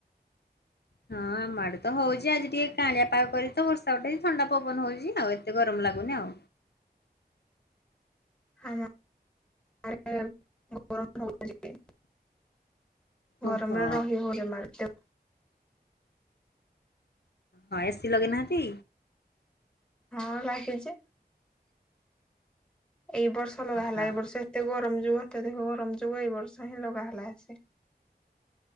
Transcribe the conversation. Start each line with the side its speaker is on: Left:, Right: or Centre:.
Left: ହଁ ଆମ ଆଡେ ତ ହଉଛି ଆଜି ଟିକେ କାଂଲିଆ ପାାଗ କରି ତ ବର୍ଷା ଉଠେଇ ଥଣ୍ଡା ପବନ ହଉଛି ଆଉ ଏତେ ଗରମ ଲାଗୁନି ଆଉ।
Centre: ହଁ। ଆଜ୍ଞା ମ୍ୟାମ୍। ଗରମ ହଉଚି <inaudible> ଗରମରେ
Left: ଓହୋ।
Centre: ରହି ହଉ ଯମାରୁ ତ।
Left: ହଁ ଏସିି ଲଗେଇ ନାହାନ୍ତି?
Centre: ହଁ ଲାଗିଚି, ଏଇ ବର୍ଷ ଲଗା ହେଲା,
Left: ହଁ।
Centre: ଏଇ ବର୍ଷ ଏ ତେ ଗରମ ଯୁଗ ଅତ୍ୟଧିକ ଗରମ ଯୁଗ ଏଇ ବର୍ଷ ହିଁ ଲଗା ହେଲା ଏସି।